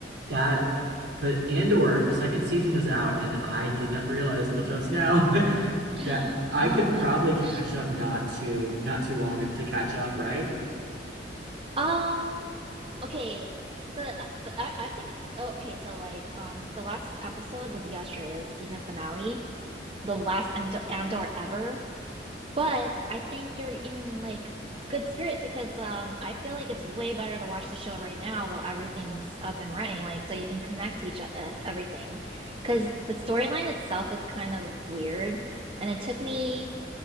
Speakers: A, on the right; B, on the right.
A: that, but Andor second season is out, and I did not realize till just now <laughs>
B: <gasps>
A: that I
B: Oh
A: could
B: my
A: probably
B: gosh.
A: catch up not too not too long to catch up, right?
B: Um, okay, the uh, the I, I think oh, okay, so like um the last episode was yesterday, it was season finale, the last Andor Andor ever. But I think you're in like good spirits because um I feel like it's way better to watch the show right now while everything's up and running, like so you can connect to each uh, everything. Because the storyline itself is kind of weird, and it took me